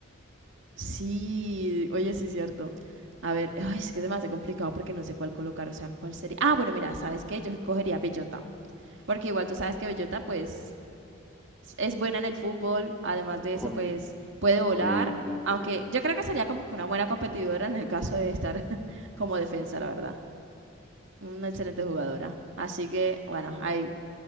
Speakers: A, on the right; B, in the centre.
A: sí, oye, sí, cierto. A ver, ay, es que se me hace complicado porque no sé cuál colocar, o sea, cuál sería. Ah, bueno, mira, ¿sabes qué? Yo cogería Bellota, porque igual tú sabes que Bellota, pues. es es buena en el fútbol, además
B: <laughs>
A: de
B: Uy,
A: eso, pues puede volar,
B: sí, sí,
A: aunque
B: sí.
A: yo creo que sería como que una buena competidora en el caso de estar <laughs> como defensa, la verdad. Una excelente jugadora. Así que, bueno, ahí